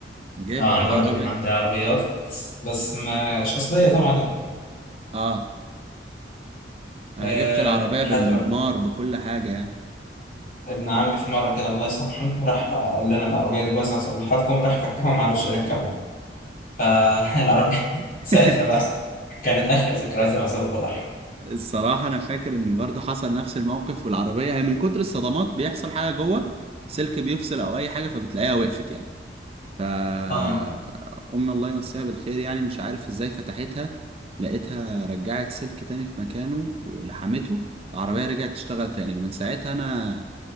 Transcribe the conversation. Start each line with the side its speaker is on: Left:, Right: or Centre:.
Right: جبت
Left: اه انا
Right: العربية
Left: برضو كان عندي عربيات بس مش اصليه طبعا يعني
Right: اه انا
Left: أه
Right: جبت العربية
Left: لحد
Right: بالمضمار
Left: ما
Right: بكل حاجة يعني
Left: ابن عمي في مره كده الله يسامحه راح قال لنا العربيه دي بايظه اصلحها لكم راح فكها وما عرفش يركبها فالعربيه <laughs>
Right: <laughs>
Left: ساعتها بقى كانت اخر ذكرياتي مع سابق ولاحق
Right: الصراحة أنا فاكر إن برضه حصل نفس الموقف والعربية هي من كتر الصدمات بيحصل حاجة جوه سلك بيفصل أو أي حاجة فبتلاقيها وقفت يعني فأم
Left: اه
Right: الله يمسيها بالخير يعني مش عارف ازاي فتحتها لقيتها رجعت سلك تاني في مكانه ولحمته العربية رجعت تشتغل تاني ومن ساعتها أنا